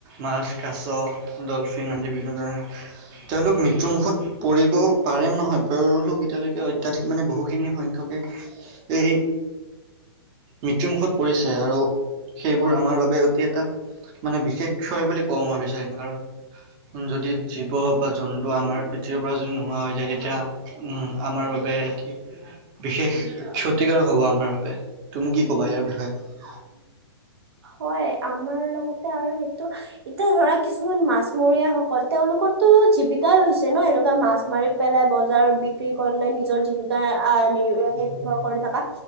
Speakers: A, on the right; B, on the right.
A: মাছ, কাছ, ডলফিন আদি বিভিন্ন ধৰণৰ, তেওঁলোক মৃত্যুমুখত পৰিব পাৰিম নহয় <unintelligible> এতিয়ালৈকে অত্যাধিক মানে বহুখিনি সংখ্যকে এই, মৃত্যুমুুখত পৰিছে আৰু, সেইবোৰ আমাৰ বাবে অতি এটা, মানে বিশেষ ক্ষয় বুলি কব, মই বিচাৰিম কাৰণ যদি জীৱ বা জন্তু আমাৰ পৃথিৱীৰ পৰা যদি নোহোৱা হৈ যায়, তেতিয়া উম আমাৰ বাবে এতি, বিশেষ ক্ষতিকাৰক হ'ব আমাৰ বাবে, তুমি কি কবা ইয়াৰ বিষয়ে?
B: হয়। আমাৰ লগতে আৰু সেইটো এতিয়া ধৰা কিছুমান মাছমৰীয়াসকল, তেওঁলোকৰটো জীৱিকাই হৈছে ন এনেকুৱা মাছ মাৰি পেলাই বজাৰত বিক্ৰী কৰিলে। নিজৰ জীৱি <unintelligible> নিৰ্ভৰ কৰি থকা।